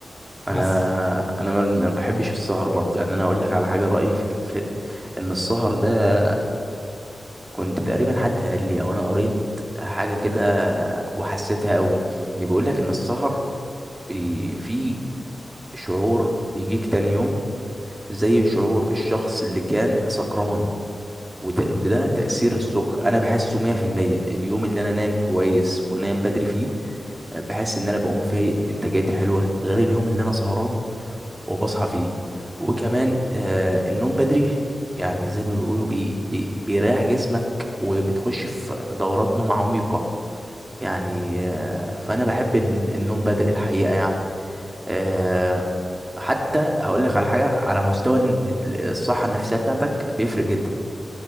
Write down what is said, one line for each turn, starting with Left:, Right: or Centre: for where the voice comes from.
Right: انا
Left: بس
Right: انا ما ما بحبش
Left: آه،
Right: السهر برضه يعني انا اقول لك على حاجه رايي في في ان السهر ده كنت تقريبا حد قال لي او انا قريت حاجه كده وحسيتها قوي ان بيقول لك ان السهر بي في شعور بيجيك تاني يوم زي شعور الشخص اللي كان سكران وده تأثير السكر انا بحسه 100% اليوم اللي انا نايم كويس ونايم بدري فيه بحس ان انا بقوم فايق انتاجيتي حلوه غير اليوم اللي انا سهران وبصحى فيه وكمان آه النوم بدري يعني زي ما بيقولوا بي بي بيريح جسمك وبتخش في دورات نوم عميقة يعني آه فأنا بحب ال- النوم بدري الحقيقة يعني آه حتى هقول لك على
Left: طب
Right: حاجة على مستوى ال- ال- الصحة النفسية بتاعتك بيفرق جدا